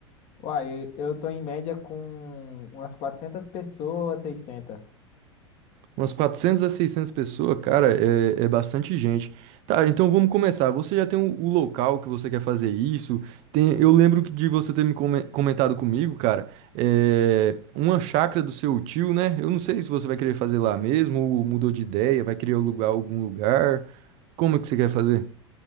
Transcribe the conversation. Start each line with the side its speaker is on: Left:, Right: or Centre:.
Left: Uai, eu eu tô em média com umas quatrocentas pessoas, seiscentas
Right: Umas 400 a 600 pessoas, cara, é, é bastante gente. Tá, então vamos começar. Você já tem o, o local que você quer fazer isso? Tem, eu lembro que de você ter me come- comentado comigo, cara, é, uma chácara do seu tio, né? Eu não sei se você vai querer fazer lá mesmo, ou mudou de ideia, vai querer alugar algum lugar. Como que você quer fazer?